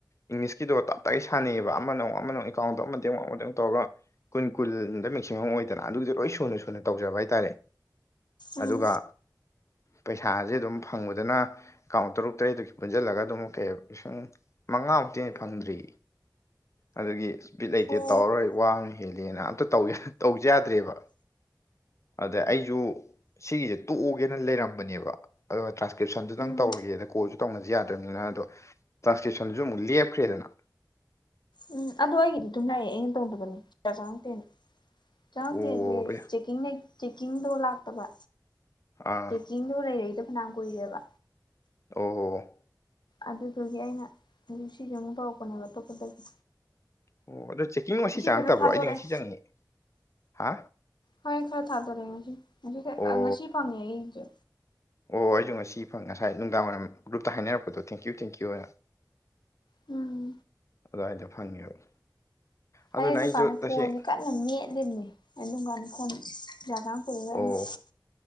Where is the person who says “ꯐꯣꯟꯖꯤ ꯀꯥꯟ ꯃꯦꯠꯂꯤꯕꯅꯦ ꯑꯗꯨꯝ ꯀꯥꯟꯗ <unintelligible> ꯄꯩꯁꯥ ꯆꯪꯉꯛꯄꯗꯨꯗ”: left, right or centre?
Left